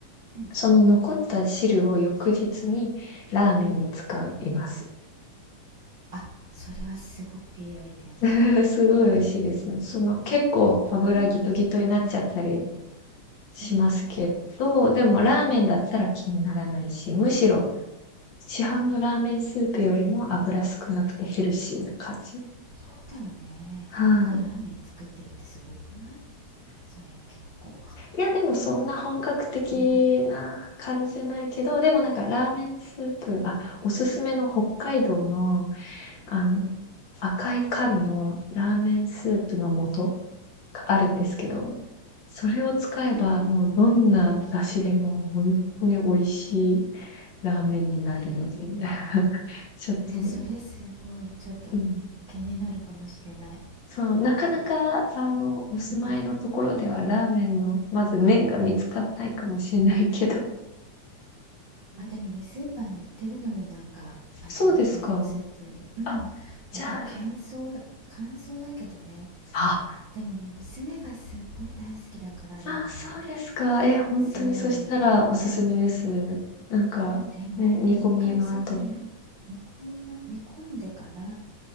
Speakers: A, on the right; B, on the left.
A: んうん
B: その残った汁を翌日にラーメンに使います。
A: あそれはすごくいいアイデアかも
B: <laughs> すごい美味しいですよ。
A: うん
B: その結構油ギトギトになっちゃったり
A: あー
B: しますけど、
A: うんうん
B: でもラーメンだったら気にならないし、むしろ市販のラーメンスープよりも油少なくてヘルシーな感じ。
A: そうだよね家でラーメン作ってるってすごくない
B: はい、
A: それ結構
B: いや、でもそんな本格的な感じじゃないけど、
A: うんうん
B: でもなんかラーメンスープ、あ、おすすめの北海道の、あの、
A: うん
B: 赤い缶のラーメンスープの素があるんですけど、
A: うんうん
B: それを使えばもうどんな出汁でも本当に美味しい
A: えー、うん
B: ラーメンになるので、
A: え
B: <laughs> ちょっと、
A: ー、えそれすごいちょっと
B: うん。
A: 気になるかもしれない
B: そう、なかなか、あの、お住まいのところではラーメンの、
A: うん
B: まず麺が見つからないかもしれないけど、
A: あでもねスーパーに売ってるのよなんかアジア系のスープにうんまあでも乾燥乾燥だけどね
B: そうですか。あ、じゃああ。
A: でももう娘がすっごい大好きだからラーメン
B: あそうですか。え、ほんとにそしたらおすすめです。
A: そう
B: なんか、
A: えもうもう一回教えて何煮込みの煮込んでからう
B: ね、煮込みの後に。